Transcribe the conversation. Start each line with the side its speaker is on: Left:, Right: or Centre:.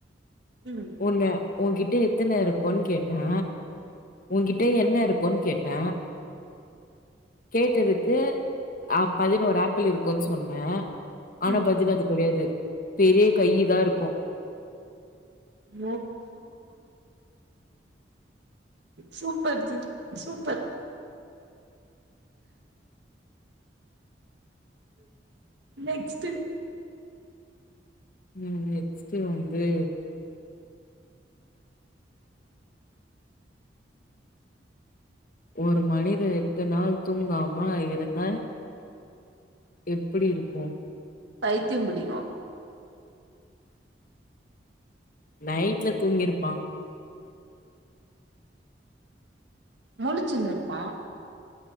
Right: ம்
Left: உன்ன உன் கிட்ட எத்தன இருக்குன் கேட்ட உன்கிட்ட என்ன இருக்குன் கேட்ட கேட்டதுக்கு ஆ பதினோரு ஆப்பிள் இருக்குன் சொன்ன ஆனா
Right: ம்
Left: பதில் அது கெடயாது பெரிய கை தா இருக்கு
Right: ஓ சூப் பர்து சூப்பர் நெக்ஸ்டு
Left: ம் நெக்ஸ்டு வந்து ஒரு மனித எட்டு நாள் தூங்காம இருந்தா எப்டி இருக்கு
Right: பைத்தியோ புடிக்கு
Left: நைட்ல தூங்கிருப்பா
Right: மூலுசின்ருப்பா